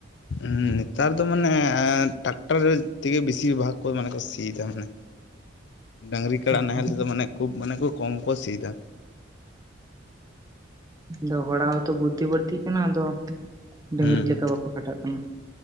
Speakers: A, on the left; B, on the right.
A: ᱦᱩᱸ ᱱᱮᱛᱟᱨ ᱫᱚ ᱢᱟᱱᱮ ᱴᱟᱠᱴᱟᱨ ᱛᱮᱜᱤ ᱵᱮᱥᱤᱨ ᱵᱷᱟᱜᱽ ᱠᱚ ᱢᱟᱱᱮ ᱠᱚ ᱥᱤᱭ ᱮᱫᱟ ᱢᱟᱱᱮ᱾ ᱰᱟᱝᱨᱤ ᱠᱟᱲᱟ
B: ᱦᱩᱸ
A: ᱱᱟᱦᱮᱞ ᱛᱮᱫᱚ ᱢᱟᱱᱮ ᱠᱷᱩᱵ ᱢᱟᱱᱮ ᱠᱚ ᱠᱚᱢ ᱠᱚ ᱥᱤᱭ ᱫᱟ᱾
B: ᱦᱩᱸ ᱟᱫᱚ ᱦᱚᱲᱟᱜ ᱦᱚᱸᱛᱚ ᱵᱩᱫᱫᱷᱤ ᱵᱟᱹᱲᱛᱤᱜ ᱠᱟᱱᱟ ᱟᱫᱚ ᱰᱟᱹᱝᱨᱤ
A: ᱦᱩᱸ
B: ᱞᱮᱠᱟ ᱵᱟᱠᱚ ᱠᱷᱟᱴᱟᱜ ᱠᱟᱱᱟ᱾